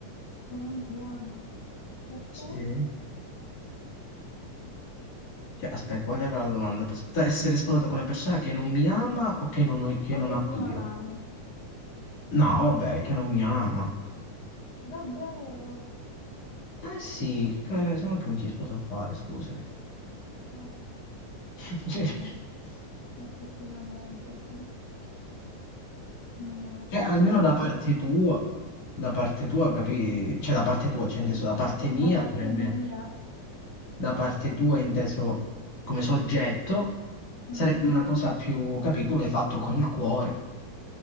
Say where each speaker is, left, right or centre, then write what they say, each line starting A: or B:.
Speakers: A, on the left; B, on the left.
A: Che non ti ama? Perché?
B: Sì. Cioè, aspetta, qual era la domanda? Aspetta, Essere sposato con una persona che non mi ama o che non, che non
A: O che
B: amo
A: tu non
B: io?
A: ami?
B: No, vabbè, che non mi ama.
A: Davvero?
B: Eh sì, che, se no che mi si sposa a fare, scusami.
A: Eh,
B: <laughs>
A: mhm. Effettivamente, sì. Mm, No, è
B: Cioè,
A: triste
B: cioè, almeno
A: in entrambi
B: da parte
A: i casi.
B: tua, da parte tua, capì? Cioè, da parte tua, cioè, inteso da parte mia,
A: Da parte
B: sarebbe
A: mia.
B: da parte tua, inteso come soggetto, sarebbe
A: Mm,
B: una cosa più, capì? Tu l'hai fatto con il cuore,